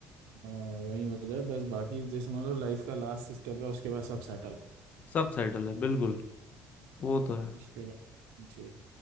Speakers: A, on the right; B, on the left.
A: आ, वही हो जाए बस बाकी जैसे मतलब लाइफ का लास्ट स्टेप है उसके बाद सब सेटल
B: सब सेटल है बिल्कुल वो तो है
A: उसके बाद जी